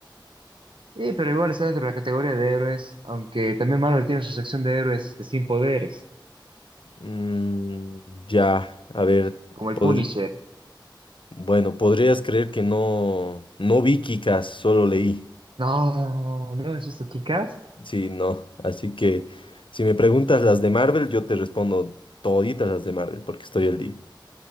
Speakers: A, on the right (about 80°); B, on the left (about 85°).
A: Sí, pero igual está dentro de la categoría de héroes, aunque también Marvel tiene su sección de héroes de sin poderes.
B: Mm, ya, a ver,
A: como el
B: podr-
A: Punisher.
B: bueno, podrías creer que no, no vi Kick-Ass, solo leí.
A: No, ¿no has visto Kick-Ass?
B: Sí, no. Así que si me preguntas las de Marvel, yo te respondo toditas las de Marvel porque estoy al día.